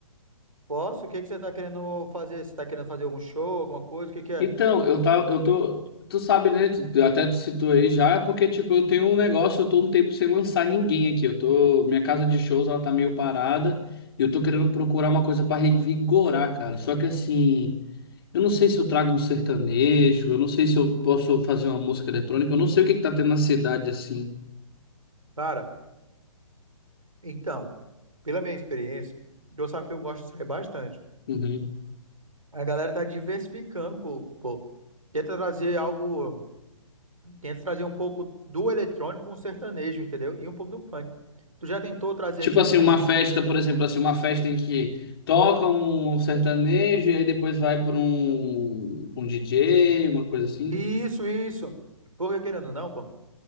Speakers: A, on the right (about 80°); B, on the left (about 45°).
A: Posso? O que que você tá querendo fazer? Você tá querendo fazer algum show, alguma coisa? O que que é?
B: Então, eu tá, eu tô. Tu sabe, né? Tu, até tu citou aí já, porque, tipo, eu tenho um negócio, eu tô um tempo sem lançar ninguém aqui. Eu tô. Minha casa de shows, ela tá meio parada. E eu tô querendo procurar uma coisa pra revigorar, cara. Só que assim. Eu não sei se eu trago um sertanejo, eu não sei se eu posso fazer uma música eletrônica, eu não sei o que que tá tendo na cidade assim.
A: Cara, então, pela minha experiência, Deus sabe que eu gosto de sair bastante.
B: Uhum.
A: A galera tá diversificando, co- pô. Tenta trazer algo, tenta trazer um pouco do eletrônico com o sertanejo, entendeu? E um pouco do funk. Tu já tentou trazer,
B: Tipo
A: tipo,
B: assim, uma festa, por exemplo, assim, uma festa em que toca um sertanejo e aí depois vai para um, pra um DJ, uma coisa assim.
A: isso, isso. Porque querendo ou não, pô.